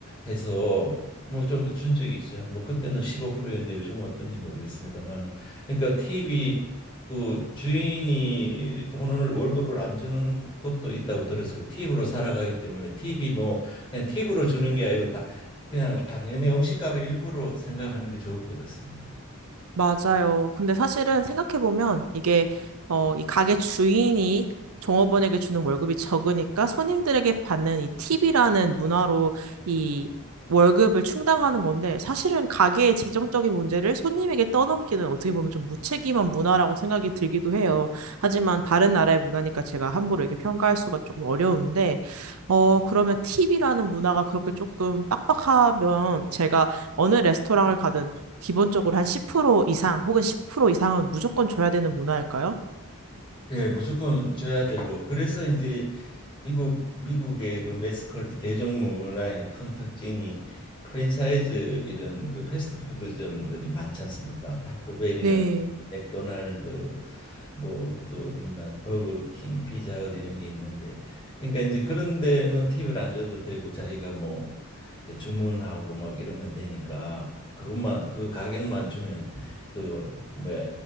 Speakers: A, on the left; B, on the right.
A: 해서 뭐 좀 준 적이 있어요. 뭐 그때는 15%였는데 요즘은 어떤지 모르겠습니다만은 그러니까 팁이 그 주인이 돈을 월급을 안 주는 곳도 있다고 들었어요. 팁으로 살아가기 때문에 팁이 뭐 그냥 팁으로 주는 게 아니고 다 그냥 당연히 음식값의 일부로 생각하는 게 좋을 것 같습니다.
B: 맞아요. 근데 사실은 생각해보면 이게, 어, 이 가게 주인이 종업원에게 주는 월급이 적으니까 손님들에게 받는 이 팁이라는 문화로 이 월급을 충당하는 건데 사실은 가게의 재정적인 문제를 손님에게 떠넘기는 어떻게 보면 좀 무책임한 문화라고 생각이 들기도 해요. 하지만 다른 나라의 문화니까 제가 함부로 이렇게 평가할 수가 조금 어려운데, 어, 그러면 팁이라는 문화가 그렇게 조금 빡빡하면 제가 어느 레스토랑을 가든 기본적으로 한 10% 이상 혹은 10% 이상은 무조건 줘야 되는 문화일까요?
A: 예, 무조건 줘야 되고 그래서 이제 미국 미국의 그 매스컬트 대중문화의 큰 특징이 프랜차이즈 이런 그 패스트푸드점들이 많지 않습니까? 타코벨이라
B: 네,
A: 맥도날드 뭐 또 어디 있나 버거킹 피자헛 이런 게 있는데 그러니까 이제 그런 데는 팁을 안 줘도 되고 자기가 뭐 이제 주문하고 막 이러면 되니까 그것만 그 가격만 주면 그 뭐야